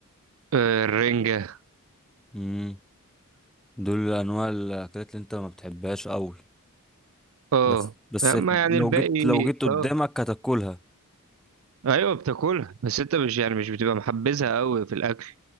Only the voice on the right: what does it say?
آه الرنجه
اه
اما يعني
الباقي
اه
ايوه بتاكلها بس انت مش يعني مش بتبقى محبذها قوي في الاكل